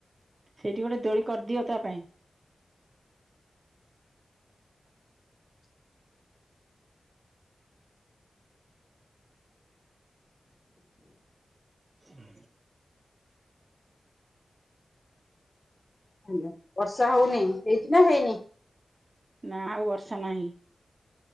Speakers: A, on the right (about 35°); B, on the left (about 20°).
A: ସେଇଠି ଗୋଟେ ଦୋଳି କରିଦିଅ ତା ପାଇଁ। ହଁ।
B: ହାଲୋ, ବର୍ଷା ହଉନି ହେଇଚି ନା ହେଇନି?
A: ନା ଆଉ ବର୍ଷା ନାହିଁ।